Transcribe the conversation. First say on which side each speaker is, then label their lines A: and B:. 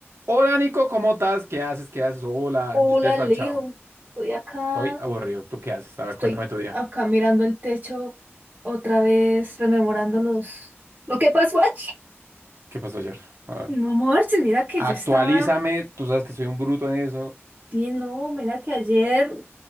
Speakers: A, on the right (about 70°); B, on the right (about 40°).
A: Hola Nico, ¿cómo estás? ¿Qué haces? ¿Qué haces? Hola,
B: Hola,
A: yo estoy desparchado.
B: Leo. Estoy acá,
A: Estoy aburrido. ¿Tú qué haces? A ver,
B: estoy
A: cuéntame tu día.
B: acá mirando el techo otra vez, rememorando los... ¿Lo que pasó ayer?
A: ¿Qué pasó ayer? A ver.
B: No, marches, mira que
A: Actualízame.
B: yo estaba...
A: Tú sabes que soy un bruto en eso.
B: Sí, no, mira que ayer